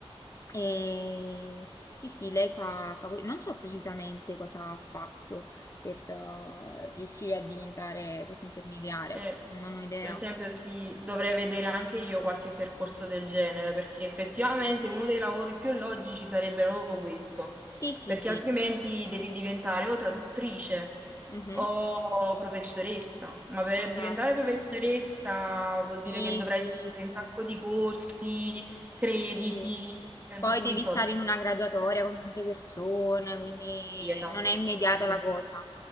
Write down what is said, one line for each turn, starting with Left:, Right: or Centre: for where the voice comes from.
Left: e sì, sì, lei fa, fa que- non so precisamente cosa ha fatto per eh, riuscire a diventare questo intermediario,
Right: Eh,
Left: non ho idea.
Right: per esempio, sì, dovrei vedere anche io qualche percorso del genere, perché effettivamente uno dei lavori più logici sarebbe proprio questo,
Left: Sì, sì,
Right: perché
Left: sì,
Right: altrimenti devi diventare o traduttrice
Left: Mhm.
Right: o professoressa, ma per
Left: Esatto.
Right: diventare professoressa vuol
Left: Sì,
Right: dire che dovrai
Left: sì.
Right: fare un sacco di corsi, crediti
Left: Sì,
Right: e un
Left: poi
Right: sacco
Left: devi
Right: di soldi,
Left: stare in una graduatoria con tante persone, quindi
Right: esatto.
Left: non è immediata
Right: Sì,
Left: la cosa.